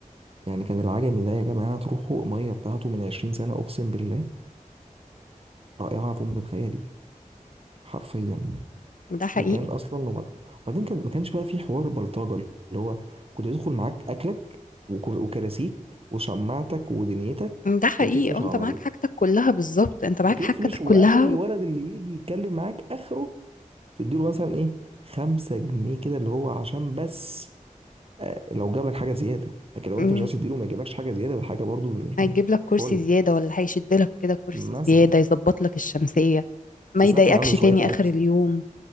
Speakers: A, on the right; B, on the left.
A: يعني كان العجمي ده يا جماعة تروحوا مية بتاعته من عشرين سنة أقسم بالله رائعة فوق ما تتخيلي حرفيا
B: ده حقيقي
A: ده كان أصلا لو- وبعدين كان ما كانش بقى في حوار بلطجة اللي هو كنت بيدخل معاك أكلك وكر- وكراسيك وشماعتك ودنيتك
B: ده حقيقي
A: وتفرش
B: اه
A: على
B: انت معاك
A: ال-
B: حاجتك كلها بالظبط انت معاك
A: وتفرش
B: حاجتك
A: وآخر
B: كلها
A: الولد
B: و...
A: اللي يجي يتكلم معاك آخره تديله مثلا إيه خمسة جنيه كده اللي هو عشان بس آه، لو جاب لك حاجه زياده لكن لو
B: مم.
A: انت مش عايز تديله ما يجيبلكش حاجه زياده ده حاجه برضو مش
B: هيجيب
A: م-
B: لك كرسي
A: فل
B: زيادة ولا هيشد لك كده كرسي
A: مثلا
B: زيادة يظبط لك الشمسية ما
A: تسخن
B: يضايقكش
A: عنده شويه
B: تاني
A: اكل
B: آخر اليوم